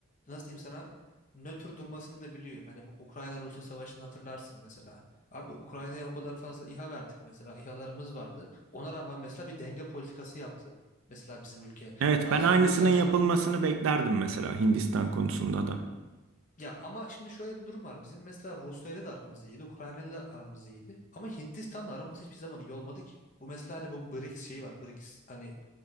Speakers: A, on the left; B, on the right.
A: nasıl diyeyim sana nötr durmasını da biliyor. Hani bu Ukrayna-Rusya savaşını hatırlarsın mesela. Abi Ukrayna'ya o kadar fazla İHA verdik mesela. İHA'larımız vardı. Ona rağmen mesela bir denge politikası yaptı. Mesela bizim ülke.
B: Evet
A: Daha
B: ben
A: sonra
B: aynısının
A: mesela
B: yapılmasını
A: tarım
B: beklerdim mesela Hindistan konusunda da.
A: Ya ama şimdi şöyle bir durum var. Bizim mesela Rusya ile de aramız iyiydi, Ukrayna ile de aramız iyiydi. Ama Hindistan'la aramız hiçbir zaman iyi olmadı ki. Bu mesela hani bu BRICS şeyi var. BRICS hani